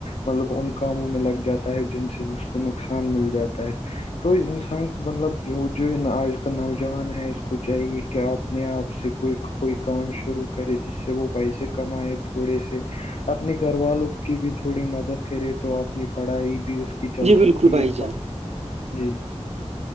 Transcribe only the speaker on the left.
مطلب ان کاموں میں لگ جاتا ہے جن سے اس کو نقصان مل جاتا ہے تو انسان مطلب جو آج کل نوجوان ہے اس کو چاہیے کہ آپ اپنے آپ سے کوئی کوئی کام شروع کرے جس سے وہ پیسے کمائے تھوڑے سے اپنے گھر والوں کی بھی تھوڑی مدد کرے تو آپ اپنی پڑھائی بھی اس کی چل
سکتی
ہے تو
جی